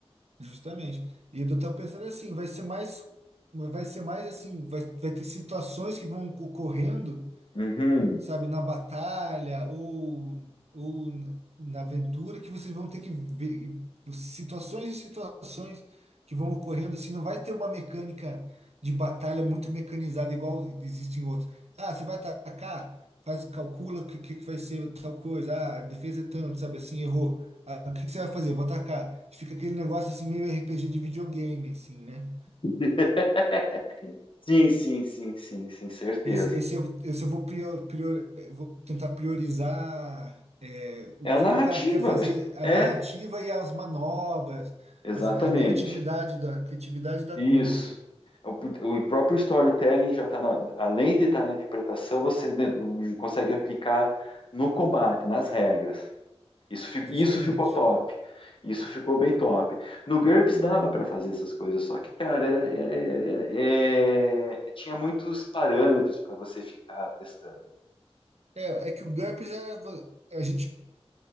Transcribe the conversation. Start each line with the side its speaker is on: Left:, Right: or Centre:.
Right: justamente. E eu tô tá pensando assim, vai ser mais, vai ser mais assim, vai, vai ter situações que vão ocorrendo.
Left: Uhum.
Right: sabe, na batalha ou, ou na aventura que vocês vão ter que ver situações e situações que vão ocorrendo assim, não vai ter uma mecânica de batalha muito mecanizada igual existe em outros. Ah, você vai atacar, faz calcula o que, que que vai ser tal coisa. Ah, a defesa é tanto, sabe assim, errou. Ah, o que, que você vai fazer? Vou atacar. Fica aquele negócio assim meio RPG de videogame assim, né?
Left: <laughs> Sim, sim, sim, sim, sim, certeza.
Right: Esse, esse, eu, esse eu vou, prior, prior, eu vou tentar priorizar é, o
Left: É
Right: que,
Left: a narrativa.
Right: que o cara quer fazer, a
Left: É,
Right: narrativa e as manobras,
Left: Exatamente.
Right: as- a criatividade da, a criatividade da
Left: Isso.
Right: coisa ali,
Left: O, o próprio storytelling já está na, além de estar na interpretação, você ne- consegue aplicar no combate, nas regras. Isso, fi-
Right: justamente.
Left: isso ficou top. Isso ficou bem top. No GURPS dava para fazer essas coisas, só que, cara, era, é- é- é- é, tinha muitos parâmetros para você ficar testando.
Right: É, é que o GURPS é, vo- a gente,